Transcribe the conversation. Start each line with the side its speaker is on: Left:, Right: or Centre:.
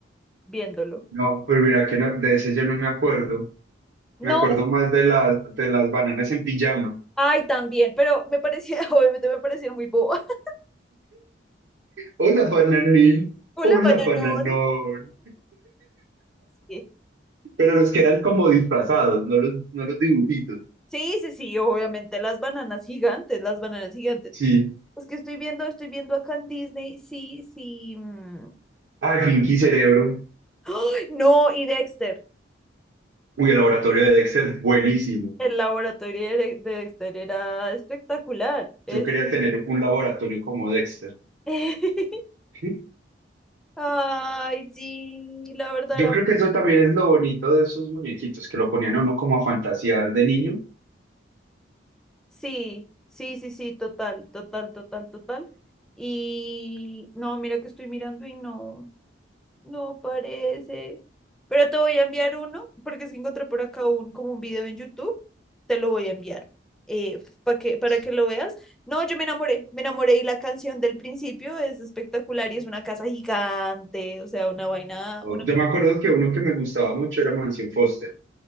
Centre: viéndolo.
Right: No, pero mira que no- de ese yo no me acuerdo.
Centre: No,
Right: Me acuerdo más de las, de las bananas en pijama.
Centre: ay, también, pero me parecía, <laughs> obviamente me parecieron muy boba. <laughs>
Right: Hola, bananín.
Centre: Hola,
Right: Hola,
Centre: bananón.
Right: bananón.
Centre: Sí.
Right: Pero los que eran como disfrazados, no los, no los dibujitos.
Centre: Sí, sí, sí, obviamente las bananas gigantes, las bananas gigantes.
Right: Sí.
Centre: Es que estoy viendo, estoy viendo acá en Disney, sí, sí. mm.
Right: Ah, Pinky Cerebro.
Centre: ¡Ay, No, y Dexter,
Right: Uy, el laboratorio de Dexter, buenísimo.
Centre: el laboratorio de Re- de Dexter era espectacular, espectacular.
Right: Yo quería tener un laboratorio como Dexter.
Centre: <laughs>
Right: <laughs>
Centre: Ay, sí, la verdad
Right: Yo
Centre: era...
Right: creo que eso también es lo bonito de esos muñequitos, que lo ponían a uno como a fantasear de niño.
Centre: Sí, sí, sí, sí, total, total, total, total. Y no, mira que estoy mirando y no. No parece. Pero te voy a enviar uno, porque se encontré por acá un, como un video en YouTube. Te lo voy a enviar para que, para
Right: Sí.
Centre: que lo veas. No, yo me enamoré, me enamoré y la canción del principio es espectacular y es una casa gigante, o sea, una vaina,
Right: O-
Centre: una...
Right: Yo me acuerdo que uno que me gustaba mucho era Mansión Foster,